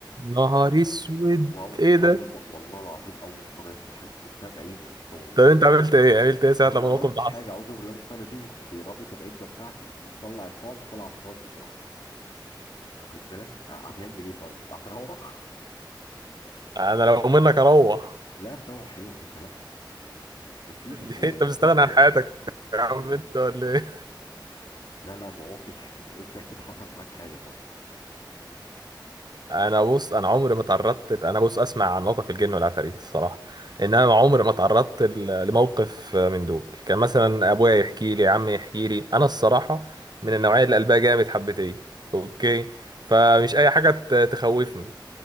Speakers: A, on the right; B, on the left.
A: نهار اسود
B: وأو-
A: ايه
B: اول
A: ده
B: ما والله العظيم اول مره يحصل حاجه شفتها بعيني قطه والله
A: طب انت عملت ايه عملت ايه ساعه
B: انا
A: لما
B: ما
A: الموقف
B: عملتش
A: ده حصل
B: حاجه اعوذ بالله مش طالع جيم ورحت رابط العده بتاعتي ومطلع الطعم وطلع الصاد بصراحه واخد بالك ه- هتعمل ايه طيب هتروح <laughs>
A: انا لو منك اروح
B: لا تروح هي يا باشا لا مفيش
A: <laughs>
B: مفيش
A: انت مستغني
B: مروح
A: عن حياتك يا عم انت ولا ايه
B: لا لا مواقف انت اكيد حصل معاك حاجه طبعا
A: انا بص انا عمري ما تعرضت انا بص اسمع عن موقف الجن والعفاريت الصراحه انما
B: تمام
A: عمري ما تعرضت ل- لموقف من دول كان مثلا ابويا يحكي لي عمي يحكي لي انا الصراحه من النوعيه اللي قلبها جامد حبتين اوكي فمش
B: مم.
A: اي حاجه ت- تخوفني